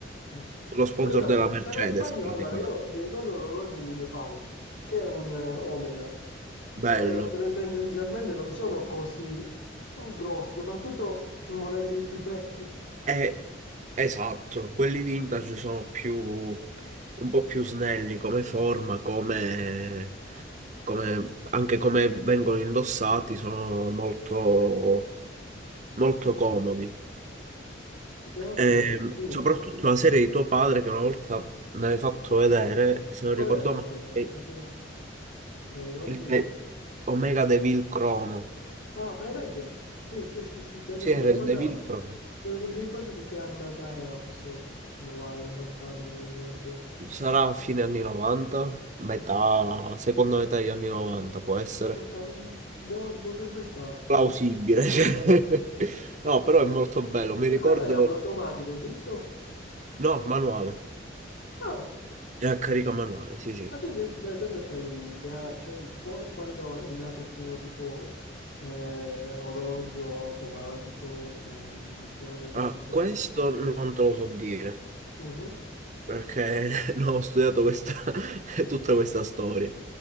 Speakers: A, on the left; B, on the right.
A: Mh.
B: lo sponsor
A: Però
B: della Mercedes,
A: se non sbaglio,
B: praticamente.
A: allora io mi ricordo l'orologio di mio padre, che è un eh, Omega.
B: Bello.
A: Gli Omega pre- tendenzialmente non sono così mm, grossi, soprattutto i modelli più vecchi.
B: E Esatto, quelli vintage sono più, un po' più snelli come forma, come, come- anche come vengono indossati, sono molto, molto comodi.
A: Più che altro,
B: E,
A: dimmi,
B: soprattutto la serie di tuo padre che una volta me l'hai fatto vedere, se non
A: qual
B: ricordo
A: era? Aspetta,
B: male, è
A: perché te lo ricordi?
B: il De- Omega Devil Chrono.
A: Ah, hai ragione. Sì, sì, sì, sì, Davide,
B: Sì, era
A: mi ricordava,
B: il Devil Chrono.
A: mi ricordo di che annata era, forse o- 90, 80, mi ricordo.
B: Sarà a fine anni 90, metà, seconda metà degli anni 90 può essere.
A: Ok, mm, boh, potrebbe starci,
B: plausibile.
A: guarda.
B: <laughs> cioè. No, però è molto bello. Mi ricordo.
A: E quello è un automatico, giusto?
B: No, manuale.
A: Ah,
B: È a carica manuale, sì, sì.
A: ma tu di- per esempio c'hai idea, cioè, fu- quando è nato il primo tipo eh, orologio automatico, cioè non te lo ricordi
B: Ah,
A: più
B: questo
A: o meno?
B: non te lo so dire
A: Mhm.
B: perché <laughs> non ho studiato questa, <laughs> tutta questa storia.